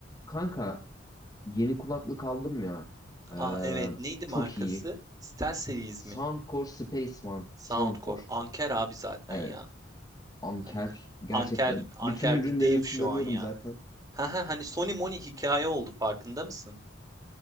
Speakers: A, on the left; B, on the right.
A: Kanka yeni kulaklık aldım ya. Ee,
B: Aa evet neydi
A: çok
B: markası?
A: iyi.
B: Stel Series mi?
A: Soundcore Space One.
B: Soundcore.
A: Soundcore.
B: Anker abi zaten
A: Evet.
B: ya.
A: Anker.
B: Hani
A: Gerçekten
B: Anker Anker
A: bütün ürünlerini
B: bir dev şu
A: kullanıyorum
B: an ya.
A: zaten.
B: Ha ha hani Sony Moni hikaye oldu farkında mısın?